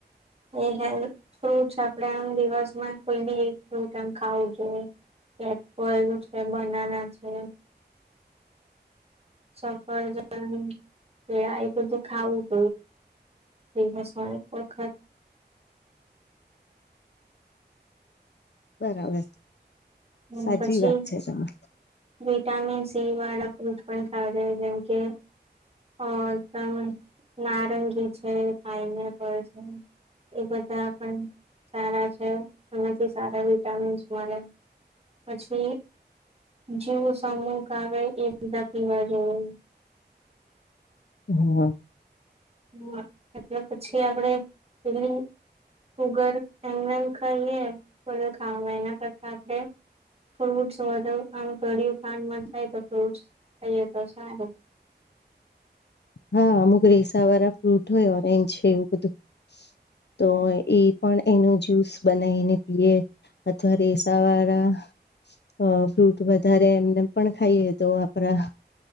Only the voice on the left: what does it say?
બરાબર.
સાચી
વાત છે તમા
હમ્મ.
હા અમુક રેસા વાળા ફ્રૂટ હોય ઓરેન્જ છે એવું બધું. તો એ પણ. એનો જ્યુસ બનાવીને પીએ અથવા રેસા વાળા. અ ફ્રૂટ વધારે એમને પણ ખાઈએ તો આપણા.